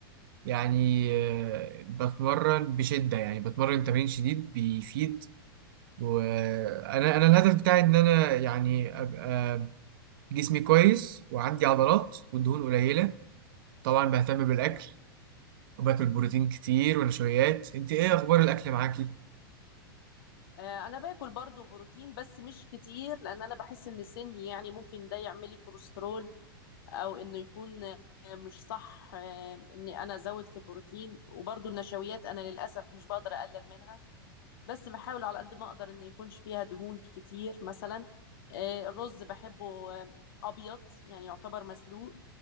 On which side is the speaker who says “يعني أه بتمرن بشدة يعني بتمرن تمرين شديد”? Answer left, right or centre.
Right